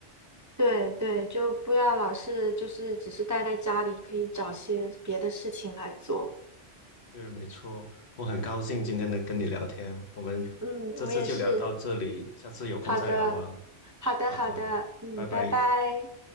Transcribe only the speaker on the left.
对，没错，我很高兴今天能跟你聊天，我们这次就聊到这里，
下次有空再聊吧。
好的，
拜拜。